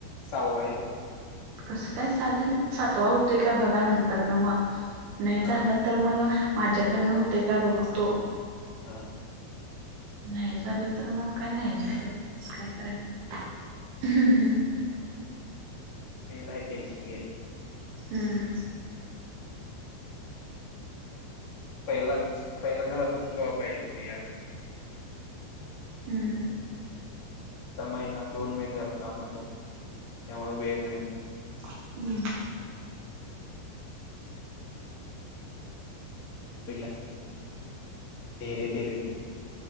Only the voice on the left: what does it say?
सहावा आहे ह्यो
हा
हा.
ते नाही टेन्शन घ्यायचं.
पहिला पहिला घरात होत तवा पाहिजे होत यार.
आता महिना दोन महिन झालं कामाला लागून त्यामुळे वेळ मिळेना.
हे घ्या तेरे तेरे से.